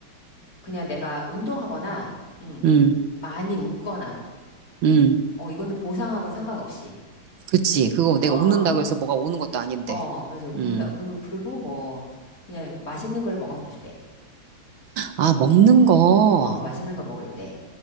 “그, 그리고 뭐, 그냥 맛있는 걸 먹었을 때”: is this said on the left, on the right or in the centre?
Left